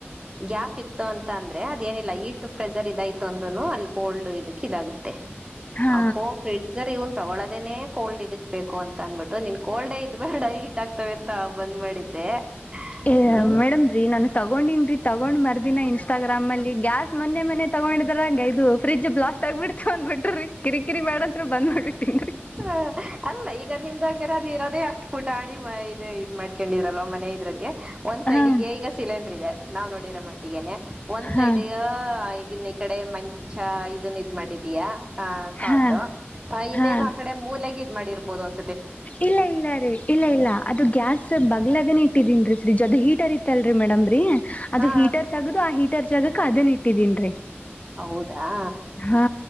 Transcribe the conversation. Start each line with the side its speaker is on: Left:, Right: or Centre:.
Right: ಗ್ಯಾಪ್ ಇತ್ತು ಅಂತ ಅಂದ್ರೆ ಅದೇನಿಲ್ಲ ಈಟ್ ಪ್ರೆಸರ್ ಇದಾಯ್ತು ಅಂದ್ರುನು ಅಲ್ಲಿ ಕೋಲ್ಡ್ ಇದಕ್ ಇದಾಗುತ್ತೆ
Left: ಹಾ
Right: ಆ ಕೋಡ್ ಸರ್ ಇವನ್ ತಗೊಳದೇನೆ ಕೋಲ್ಡ್ ಇದಕ್ ಬೇಕು ಅಂತ ಅಂದ್ಬಿಟ್ಟು ನಿನ್ ಕೋಲ್ಡ್ ಇದ್ ಬೇಡ ಹಿಟ್ ಆಗ್ತವೆ ಅಂತ ಬಂದ್ ಮಾಡಿದ್ರೆ
Left: ಏ........
Right: ಹ್ಮ್
Left: ಮೇಡಮ್ ರೀ ನಾನು ತಗೊಂಡನ್ ರೀ ತಗೊಂಡ್ ಮರ್ದಿನ ಇನ್ ಇನ್ಸ್ಟಾಗ್ರಾಮ್ ಅಲ್ಲಿ ಗ್ಯಾಸ್ ಮೊನೆ ಮನೆ ತಗೊಂಡಿದ್ರರಂಗ ಇದು ಪ್ರಿಜ ಬ್ಲಾಸ್ಟ ಆಗ್ಬಿಡ್ತ ಅಂದ್ಬಟ್ರುರಿ ಕಿರಿಕಿರಿ ಬೆಡಂತ್ರ ಬಂದ್ ಮಾಡ್ಬಿಟ್ಟೀನ್ರಿ
Right: ಹ ಅಲ್ಲ ಈಗ ನಿಮ್ದಂಗರೆ ಅಲ್ಲಿ ಇರೋದೆ ಅಷ್ಟು ಪುಟ ಇದು ಇದ್ ಮಾಡ್ಕೊಂಡಿದ್ರಲ್ವ ಮನೆ ಇದ್ರಲ್ಲಿ ಒಂದ್ ಸೈಡ್ಗೆ
Left: ಹಾ
Right: ಈಗ ಸಿಲಿಂಡರ್ ಇದೆ ನಾವ್ ನೋಡಿರ ಮ ಮಟ್ಟಗನೆ ಒಂದ್
Left: ಹಾ
Right: ಸೈಡ್ ಈಗಿನ ಈ ಕಡೆ ಮಂ ಚಾ ಇದನ್ ಇದ್ ಮಾಡಿದೀಯಾ ಅ ಕಾಟು
Left: ಹಾ
Right: ಇನ್ನೇನು
Left: ಹಾ
Right: ಆಕಡೆ ಡಿ ಮೂಲೆಗ್ ಇದ್ ಮಾಡಿರಬದು ಅಸ
Left: ಇಲ್ಲ ಇಲ್ಲ ರೀ ಇಲ್ಲ ಇಲ್ಲ ಅದು ಗ್ಯಾಸ್ ಬಗ್ಲಗನೇ ಇಟ್ಟಿದೀನ್ರಿ ಫ್ರಿಜ್ ಅದು ಹೀಟರ್ ಇ <unintelligible> ಮೇಡಮ್ ರಿ ಅದು
Right: ಹಾ
Left: ಹೀಟರ್ ತಗದು ಆ ಹೀಟರ್ ಜಗಕ ಅದನ್ ಇಟ್ಟಿದೀನ್ರೀ...
Right: ಹೌದಾ......
Left: ಹಾ